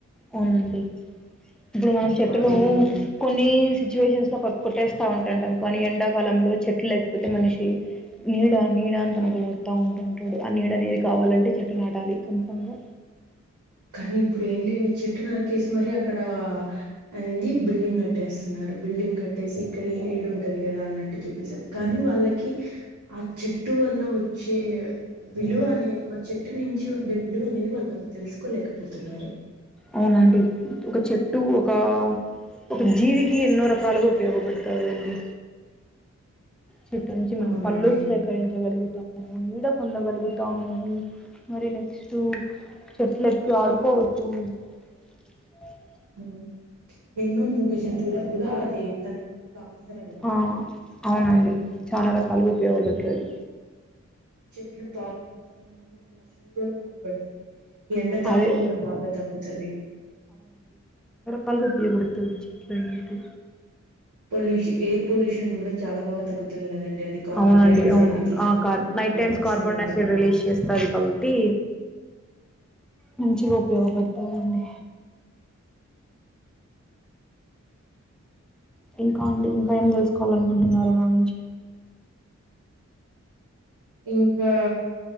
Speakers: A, in the centre; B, on the right.
A: అవునండి ఇప్పుడు మనం చెట్టులు
B: వాటి ఇల్లు
A: కొన్ని సిచ్యువేషన్స్ లో కుట్టేస్తా ఉంటంటాం కానీ ఎండాకాలంలో చెట్లు లేకపోతే మనిషి నీడ నీడ అని తనకు లోడుతా ఉంటుంటాడు ఆ నీడ అనేది కావాలంటే చెట్టు నాటాలి కన్ఫామ్ గ
B: కానీ ఇప్పుడు ఏం లేడి చెట్టు నరికేసి మరి అక్కడ అనేది బిల్డింగ్ కట్టేస్ బిల్డింగ్ కట్టేసి ఇక్కడ ఈ నీడ ఉంటాది కదా అన్నట్టు చెప్పేసద్ కానీ వాళ్ళకి ఆ చ్ చెట్టు వల్ల వచ్చే విలువ అనే చెట్టు నుంచి ఉండే విలువ అనేది వాళ్ళు తెలుసు కోలేకపోతున్నారు
A: అవునండి ఒక చెట్టు ఒక ఒక జీవికి ఎన్నో రకాలుగా ఉపయోగపడుతదండి
B: <inaudible>
A: చెట్టు నుంచి మనం
B: అవునండి
A: పళ్ళు సేకరించగలుగు
B: <inaudible>
A: నిడ పొందగలుగుతాము మరి నెక్స్ట్ చెట్లు ఎక్కి ఆడుకోవచ్చు ఆ <inaudible>
B: ఉమ్. ఎన్నో మూగు జంతువులకు కూడా అది తనకి ఒక ఆసర కదండి
A: ఆ, అవునండి చాలా రకాలుగా ఉపయోగపడుతది
B: చెట్లు బాగా పెంచడం వల్ల మనకి వర్షం కూడా బాగ పడుతది ఎండ తాపం
A: అదే
B: కూడా బాగా తగ్గుతది
A: కలుగ ఉపయోగపడుతది చెట్లనేది
B: పొల్యూషన్ ఎయిర్ పొల్యూషన్ కూడా చాలా బాగా తగ్గుతుంది కదం అది కార్బన్
A: అవునండి
B: డై ఆక్సైడ్
A: అవునవును
B: ని తీసుకొని
A: ఆ కార్
B: మనకి
A: నైట్ టైమ్స్
B: ఆక్సిజన్
A: కార్బన్
B: వదలడం
A: డైఆక్సైడ్ రిలీజ్
B: హ <inaudible>
A: చేస్తుంది కాబట్టి మంచిగా ఉపయోగపడుతదండి ఇంకా అండి ఇంకా ఏం తెలుసుకోవాలనుకుంటున్నారు నా నుంచి
B: ఇంకా